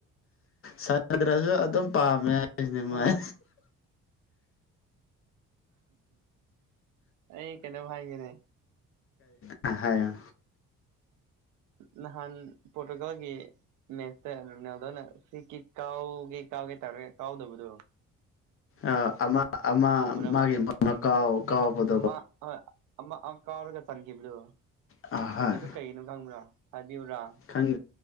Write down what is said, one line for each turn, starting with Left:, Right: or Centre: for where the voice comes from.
Left: ꯁꯅꯗ꯭ꯔꯁꯨ ꯑꯗꯨꯝ ꯄꯥꯝꯃꯦ ꯍꯥꯏꯁꯤꯅꯦ
Right: ꯍꯣꯏ
Left: ꯃꯥꯏ
Right: ꯑꯩ ꯀꯩꯅꯣꯚ ꯍꯥꯏꯒꯤꯅꯦ
Left: ꯁꯍꯌ
Right: ꯅꯍꯥꯟ ꯄꯣꯔꯇꯨꯒꯜꯒꯤ ꯃꯦꯠꯁꯇ ꯔꯣꯅꯥꯜꯗꯣꯅ ꯁꯤ ꯀ ꯀꯥꯎꯒꯦ ꯀꯥꯎꯒꯦ ꯇꯥꯔꯒꯦ ꯀꯥꯎꯗꯕꯗꯣ
Left: ꯑ ꯑꯃ ꯑꯃ
Right: ꯎꯕ꯭ꯔꯕ
Left: ꯃꯥꯒꯤ ꯃ ꯀꯥꯎ ꯀꯥꯎꯕꯗ
Right: ꯃꯥ ꯃꯥ ꯀꯔꯒ ꯆꯅꯤꯈꯤ ꯏꯕꯗꯨ
Left: ꯑꯍꯣꯏ
Right: ꯑꯗꯨ ꯀꯩꯒꯤꯅꯣ ꯈꯪꯕ꯭ꯔꯥ ꯍꯥꯏꯕꯤꯕꯨ꯭ꯔꯥ
Left: ꯈꯪ